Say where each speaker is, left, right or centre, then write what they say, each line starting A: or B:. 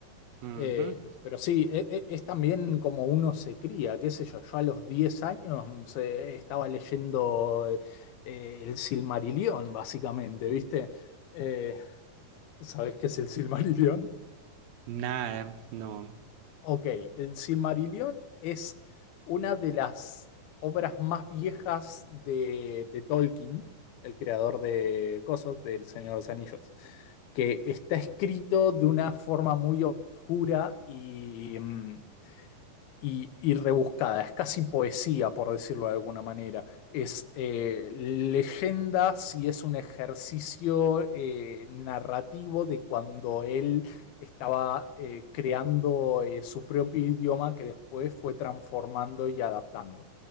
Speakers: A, on the right; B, on the left.
A: Ujú.
B: Eh, pero sí, e- e- es, también como uno se cría, qué sé yo. Yo a los 10 años mm, se- estaba leyendo eh, eh, el Silmarillion, básicamente, ¿viste? Eh, ¿sabés qué es el Silmarillion?
A: Nada, no.
B: Ok, el Silmarillion es una de las obras más viejas de, de Tolkien, el creador de Cosos, del Señor de los Anillos, que está escrito de una forma muy oscura y, mm, y, y rebuscada, es casi poesía, por decirlo de alguna manera. Es eh, leyendas y es un ejercicio eh, narrativo de cuando él estaba eh, creando eh, su propio idioma que después fue transformando y adaptando.